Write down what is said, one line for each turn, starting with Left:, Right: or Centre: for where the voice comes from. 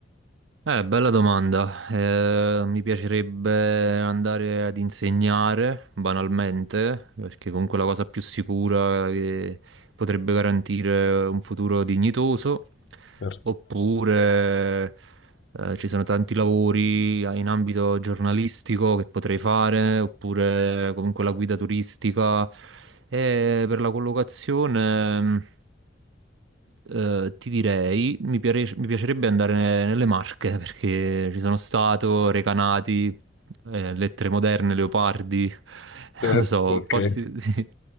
Right: Eh, bella domanda. Eh, mi piacerebbe andare ad insegnare, banalmente, perché comunque è la cosa più sicura che potrebbe garantire un futuro dignitoso,
Left: Certo,
Right: oppure eh, ci sono tanti lavori in ambito giornalistico che potrei fare, oppure comunque la guida turistica. E per la collocazione, mh, eh, ti direi, mi piare- mi piacerebbe andare ne- nelle Marche, perché ci sono stato, Recanati, eh, Lettere Moderne, Leopardi, <laughs>
Left: certo,
Right: non lo so,
Left: ok.
Right: posti... <laughs>